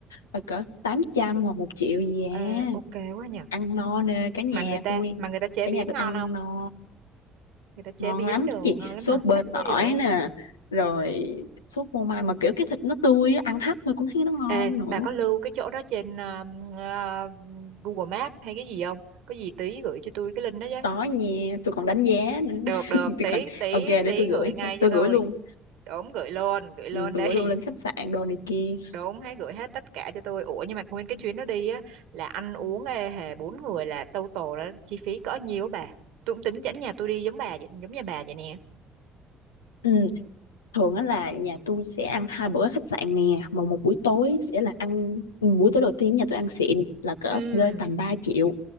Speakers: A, on the left; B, on the right.
A: Ờ, cỡ 800 hoặc một triệu gì à
B: Ờ, ok quá nhỉ
A: ăn no nè cả nhà
B: mà người ta
A: tôi
B: mà người ta chế
A: cả
B: biến
A: nhà
B: ngon
A: tôi ăn
B: không
A: no
B: người ta chế
A: ngon
B: biến
A: lắm
B: đồ
A: chị
B: ngon lắm
A: sốt
B: hả
A: bơ
B: thích quá
A: tỏi
B: vậy
A: nè rồi sốt phô mai mà kiểu cái thịt nó tươi á, ăn hấp thôi cũng thấy nó ngon
B: ê
A: nữa
B: bà có lưu cái chỗ đó trên ờ, ờ, Google Maps hay cái gì không có gì tí gửi cho tôi cái link đó với
A: đó nha tôi còn đánh giá nữa
B: được được
A: <laughs> tôi
B: tí
A: còn
B: tí
A: ok để
B: tí
A: tôi gửi
B: gửi ngay
A: cho tôi
B: cho tôi
A: gửi luôn
B: đúng gửi luôn gửi luôn
A: ừ, tôi
B: đây
A: gửi luôn lên khách sạn đồ này kia
B: đúng hãy gửi hết tất cả cho tôi ủa nhưng mà nguyên cái chuyến đó đi á là ăn uống ê hề bốn người là total là chi phí cỡ nhiêu á bà tôi cũng tính dẫn nhà tôi đi giống bà vậy giống nhà bà vậy nè
A: ừ. thường á là nhà tôi sẽ ăn hai bữa ở khách sạn nè mà một buổi tối sẽ là ăn buổi tối đầu tiên nhà tôi ăn xịn là cỡ
B: ừ
A: rơi tầm ba triệu